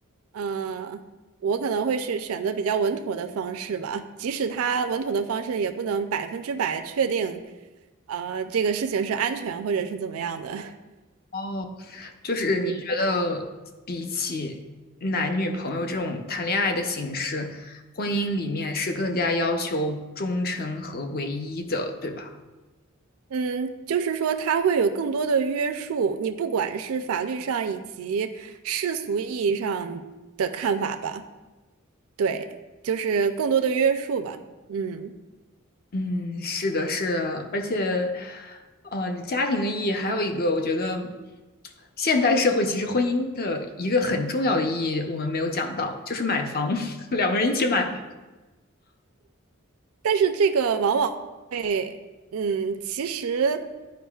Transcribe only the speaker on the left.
哦，就是你觉得比起男女朋友这种谈恋爱的形式，
婚姻里面是更加要求忠诚和唯一的，对吧？
嗯，是的，是的，而且，呃，家庭的意义还有一个，我觉得现代社会其实婚姻的一个很重要的意义，我们没有讲到，就是买房，<laughs> 两个人一起买房。